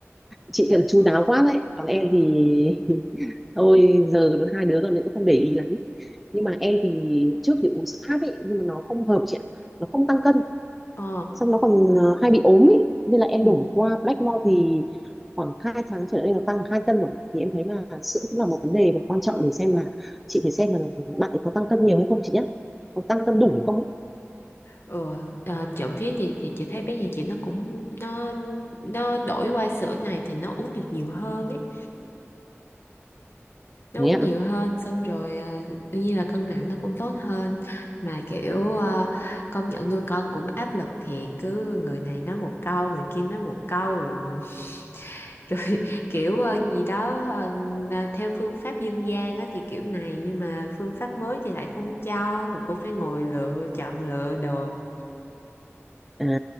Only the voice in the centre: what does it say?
chị thật chu đáo quá đấy còn em thì <laughs> thôi giờ hai đứa rồi nên cũng không để ý lắm nhưng mà em thì trước thì uống sữa áp ấy nhưng mà nó không hợp chị ạ nó không tăng cân
xong nó còn ờ, hay bị ốm ý nên là em
đổi qua Blackmore thì khoảng 2 tháng trở lại đây nó tăng 2 cân rồi thì em thấy là sữa cũng là một vấn đề và quan trọng để xem là chị phải xem là bạn ấy có tăng cân nhiều hay không chị nhé có tăng cân đủ không ấy.
thế
ạ
à